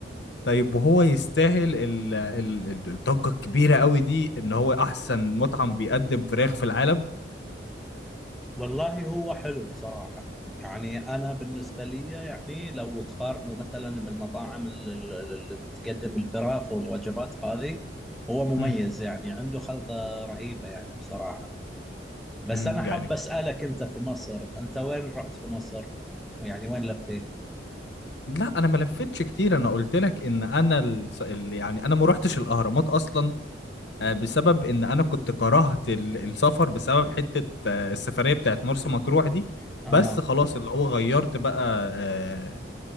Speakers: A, on the left; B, in the centre.
A: طيب وهو يستاهل ال- ال- ال- الضجة الكبيرة قوي دي ان هو احسن مطعم بيقدم فراخ في العالم
B: والله هو حلو بصراحه يعني انا بالنسبه لي يعني لو تقارنه مثلا بالمطاعم ال- ال- اللي بتقدم الفراخ والوجبات هذه هو مميز
A: مم.
B: يعني عنده خلطه رهيبه يعني بصراحه بس
A: مم.
B: انا حاب
A: يعني
B: اسالك انت في مصر انت وين رحت في مصر يعني وين لفيت
A: لا انا ما لفتش كتير انا قلت لك ان انا ال... ال- يعني انا ما روحتش الاهرامات اصلا آه، بسبب ان انا كنت كرهت ال- السفر بسبب حتة آه، السفرية بتاعت مرسى مطروح دي
B: آه.
A: بس خلاص اللي هو غيرت بقى آه،